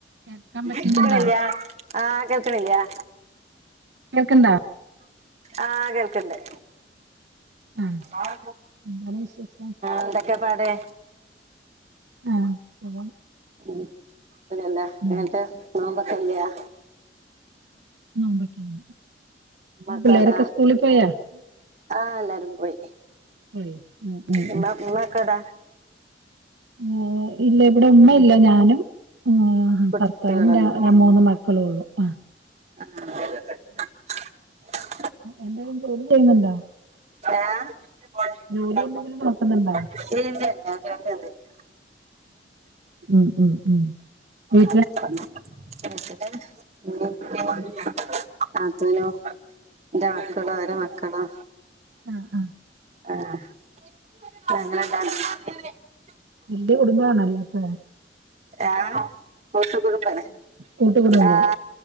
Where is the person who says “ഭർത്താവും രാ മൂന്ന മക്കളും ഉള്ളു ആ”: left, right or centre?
Right